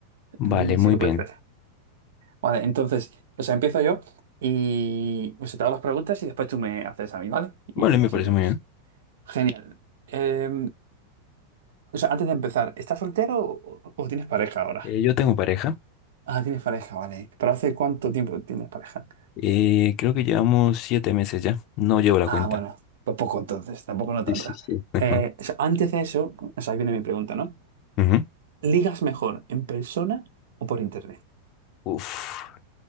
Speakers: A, on the left (about 35°); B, on the right (about 80°).
A: Vale,
B: Dime
A: muy
B: si lo
A: bien.
B: puedes ver. Vale, entonces, o sea, empiezo yo y o sea, te hago las preguntas y después tú me haces a mí, ¿vale? Y
A: Vale, me
B: así
A: parece
B: vamos.
A: muy bien.
B: Genial. Eh, o sea, antes de empezar, ¿estás soltero o, o tienes pareja ahora?
A: Eh, yo tengo pareja.
B: Ah, tienes pareja, vale. ¿Pero hace cuánto tiempo tienes pareja?
A: Eh, creo que llevamos siete meses ya. No llevo la
B: Ah,
A: cuenta.
B: bueno, pues poco entonces, tampoco no tanta.
A: Sí, sí, sí. <laughs>
B: Eh,
A: No.
B: o sea, antes de eso, o sea, ahí viene mi pregunta, ¿no?
A: Ujú.
B: ¿Ligas mejor en persona o por internet?
A: Uf,